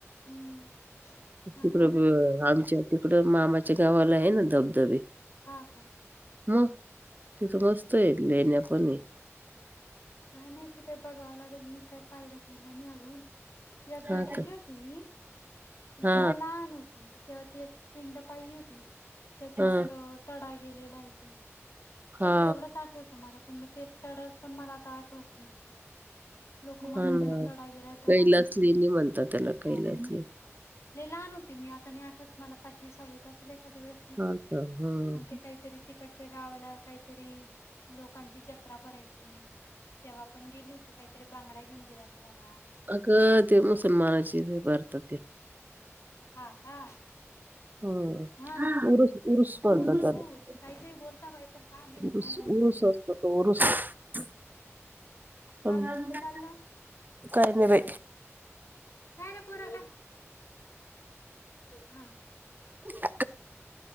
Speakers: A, on the left; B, on the right.
A: हम्म
B: तिकड
A: चांगलंय
B: आमच्या तिकडं मामाच्या गावाला आहे ना धबधबे
A: हा का?
B: मग तिथं मस्त आहे लेण्या पण आहे.
A: काय माहिती बाई बघावं लागेल मी काय पाहिला बिला आणि अजून एकदा
B: हा
A: गेली
B: का
A: होती मी
B: हा
A: तेव्हा लहान होती तेव्हा ती एक पिंड पाहिली होती त्याच्यात
B: हा
A: तडा गेलेला आहे त
B: हा
A: बस तेवढंच आठवतं मला पण मग ते तडत पण मला आता आठवत नाही. लोक म्हणतात
B: हा
A: त्याला
B: ना
A: तडा गेलाय तडा
B: कैलास
A: गेला
B: लेणी म्हणतात त्याला कैलास
A: काय माहिती
B: लेणी
A: लय लहान होते मी आता आणि आठत मला पाचवी सहावी असेल. त्यावेळेस मी
B: हा का हं
A: आणि ते काहीतरी तिकडच. च्या गावाला काहीतरी लोकांची जत्रा भरायची तेव्हा पण गेली होती काही तरी बांगडया घेऊन दिल्यात मला
B: अगं ते मुसलमानाची भरत ते
A: हा का.
B: हो.
A: हा
B: उरूस उरूस म्हणतात
A: उरूस
B: त्याला
A: काही काही बोलता बाई पण काय माहित
B: उरूस
A: काय बोलता
B: उरूस असतो तो उरूस ह. ह
A: अजून काय चाललं
B: काय ग बाई.
A: काय रे पोरा हा.
B: ह.